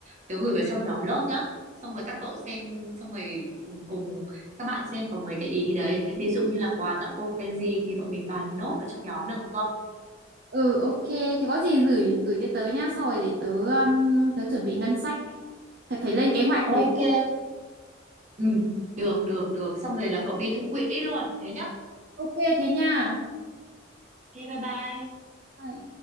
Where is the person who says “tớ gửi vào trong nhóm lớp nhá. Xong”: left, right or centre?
Right